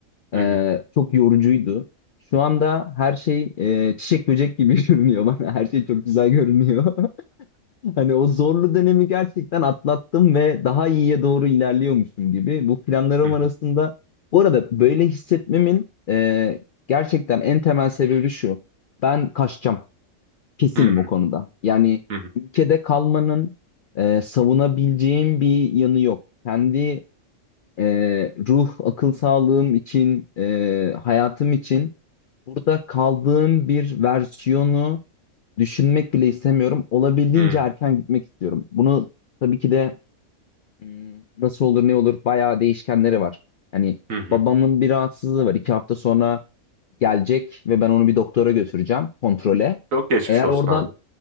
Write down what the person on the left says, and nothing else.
Ee,
çok yorucuydu. Şu anda her şey e, çiçek böcek gibi <laughs> görünüyor bana. Her şey çok güzel görünüyor. <laughs> Hani o zorlu dönemi gerçekten atlattım ve daha iyiye doğru ilerliyormuşum gibi. Bu planlarım
arasında bu arada böyle hissetmemin e, gerçekten en temel sebebi şu. Ben kaçacağım. Kesinim
o konuda. Yani
ülkede kalmanın e, savunabileceğim bir yanı yok. Kendi e, ruh, akıl sağlığım için, e, hayatım için Burada kaldığım bir versiyonu düşünmek bile istemiyorum. Olabildiğince
erken gitmek istiyorum. Bunu tabii ki de hmm, nasıl olur ne olur bayağı değişkenleri var. Hani
babamın bir rahatsızlığı var. İki hafta sonra gelecek ve ben onu bir doktora götüreceğim kontrole.
Eğer
oradan